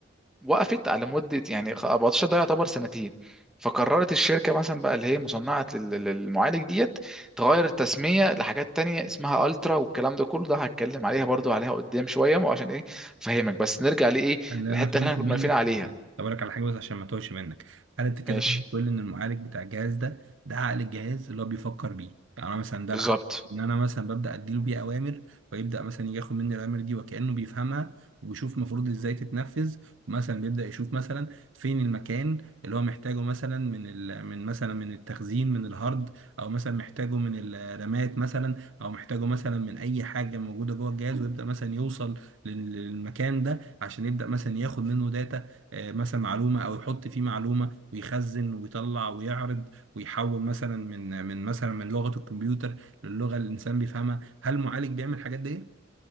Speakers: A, in the centre; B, on the right.
A: وقفت على مده يعني 14 ده يعتبر سنتين فقررت الشركه مثلا بقى اللي هي مصنعه لل- لل- للمعالج ديت تغير التسميه لحاجات تانية اسمها الترا والكلام ده كله ده هتكلم عليها برضو عليها قدام شويه ما عشان ايه فهمك بس نرجع لايه
B: اللي
A: الحته
B: انا فهمته
A: اللي احنا
B: منك
A: كنا واقفين عليها
B: حاجه طب اقول لك على حاجه بس عشان ما توهش منك هل انت كده
A: ماشي
B: تقول تقول ان المعالج بتاع الجهاز ده ده عقل الجهاز اللي هو بيفكر بيه يعني انا مثلا ده
A: بالظبط
B: العقل ان انا مثلا ببدا اديله بيه اوامر ويبدا مثلا يجي ياخد مني الاوامر دي وكانه بيفهمها وبيشوف المفروض ازاي تتنفذ ومثلا بيبدا يشوف مثلا فين المكان اللي هو محتاجه مثلا من ال... من مثلا من التخزين من الهارد او مثلا محتاجه من الرامات مثلا او محتاجه مثلا من اي حاجه موجوده جوه الجهاز ويبدا مثلا يوصل لل- للمكان ده عشان يبدأ مثلا ياخد منه داتا آه، مثلا معلومة او يحط فيه معلومة ويخزن ويطلع ويعرض ويحول مثلا من من مثلا من لغة الكمبيوتر للغة اللي الانسان بيفهمها هل المعالج بيعمل الحاجات دي